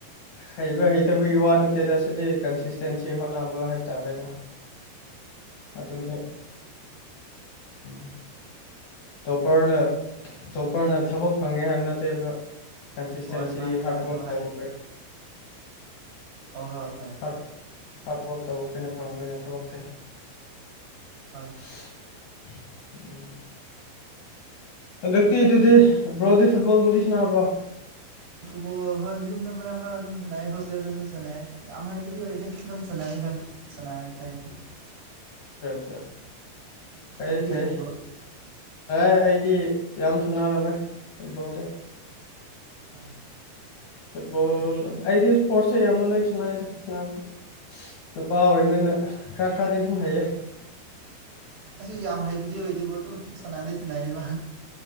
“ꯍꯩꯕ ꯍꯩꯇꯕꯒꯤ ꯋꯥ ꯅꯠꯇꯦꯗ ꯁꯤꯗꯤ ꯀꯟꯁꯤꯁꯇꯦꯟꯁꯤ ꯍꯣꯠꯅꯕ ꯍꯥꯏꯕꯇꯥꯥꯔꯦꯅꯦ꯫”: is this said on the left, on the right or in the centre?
Left